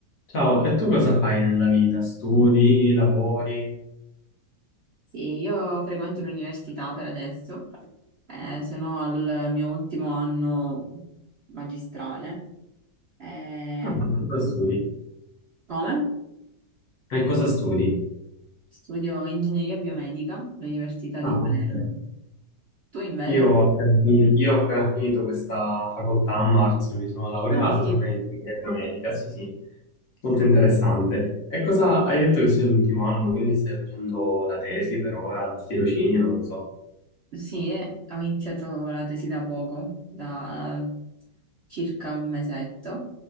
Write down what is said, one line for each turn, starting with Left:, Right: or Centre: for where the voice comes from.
Left: Ciao, e tu cosa fai nella vita? Studi, lavori?
Right: Sì, io frequento l'università per adesso, eh, sono al mio ultimo anno magistrale. Eh,
Left: Ah, Cosa studi?
Right: come?
Left: E cosa studi?
Right: Studio ingegneria biomedica all'Università di
Left: Ah,
Right: Palermo.
Left: ok.
Right: Tu invece?
Left: Io ho ok. appena finito, io ho appena finito questa facoltà a marzo, mi sono laureato
Right: Ah, sì.
Left: sempre in ingegneria medica, sì sì, molto interessante. E cosa hai detto che sei l'ultimo anno, quindi stai facendo la tesi per ora, il tirocinio, non so.
Right: Sì, eh, ho iniziato la tesi da poco, da circa un mesetto,